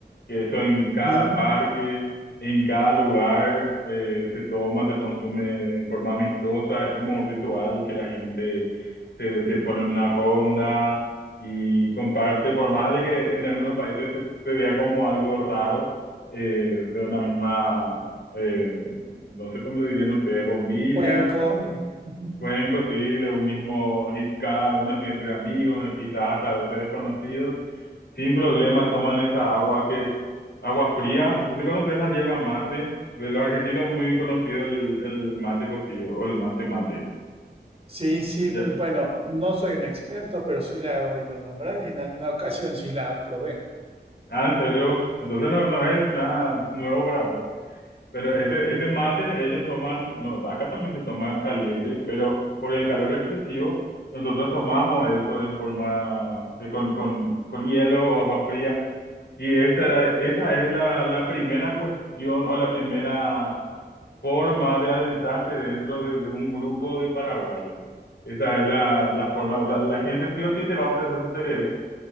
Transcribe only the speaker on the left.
que eso en cada
parque, en cada lugar eh, se toma, se consume en forma amistosa, es como un ritual que la gente se, se pone en una ronda y comparte, por más de que en algunos países eso se vea como algo raro, eh, de una misma, eh, no sé cómo lo dirían ustedes, bombilla,
cuenco, sí, de un mismo hit cada uno así entre amigos, y quizás hasta a veces desconocidos, sin problema toman esa agua que, agua fría, no sé si conoces la hierba mate, de los argentinos es muy conocido el, el mate cocido o el mate mate.
Ya.
Ah, en serio, entonces no, no es nada nuevo para vos. Pero ese, ese mate ellos toman, no, acá también se toma caliente, pero por el calor excesivo nosotros tomamos eso en forma, eh, con, con, con hielo o agua fría. Y esa, esa es la, la primera cuestión o la primera forma de adentrarse dentro de, de un grupo de paraguayos. Esa es la, la forma, o sea, la gente sí o sí te va a ofrecer su tereré.